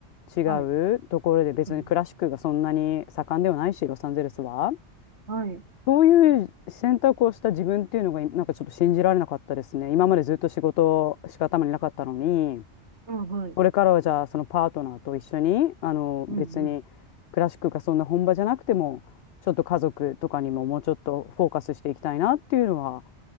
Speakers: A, on the left; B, on the right.
A: 違
B: はい。
A: うところで、別にクラシックがそんなに盛んではないし、
B: うん
A: ロサンゼルスは。
B: はい。
A: そういう選択をした自分っていうのが、なんかちょっと信じられなかったですね。今までずっと仕事しか頭になかったのに。
B: うん、はい。
A: これからはじゃあそのパートナーと一緒にあの別にクラシックがそんな本場じゃなくてもちょっと家族とかにももうちょっとフォーカスしていきたいなっていうのは
B: うん